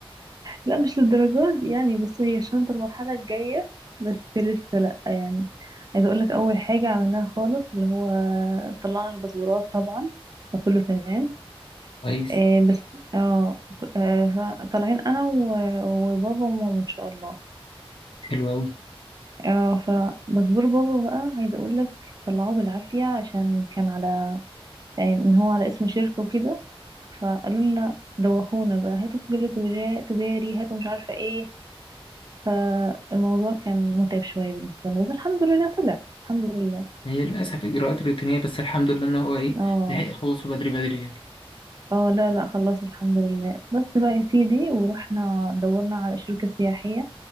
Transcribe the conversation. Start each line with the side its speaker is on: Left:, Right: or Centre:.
Right: لا مش للدرجات دي يعني بص هي الشنطه المرحله الجايه بس لسه لا يعني عايزه اقولك اول حاجه عملناها خالص اللي هو طلعنا الباسبورات طبعا وكله تمام
Left: كويس
Right: آه بس اه آه، طالعين انا و- وبابا وماما ان شاء الله
Left: حلو قوي
Right: اه فمزبور بابا بقى عايزه اقول لك طلعوه بالعافيه عشان كان على يعني ان هو على اسمه شركه وكده فقالوا لنا دوخونا بقى هاتوا سجل تجا- تجاري هاتوا مش عارفه ايه فالموضوع كان متعب شويه بالنسبه لنا بس الحمد لله طلع الحمد لله
Left: هي للاسف اجراءات روتينيه بس الحمد لله ان هو ايه
Right: اه
Left: لحق يخلصوا بدري بدري يعني
Right: اه لا لا خلاص الحمد لله بس بقى يا سيدي ورحنا دورنا على شركه سياحيه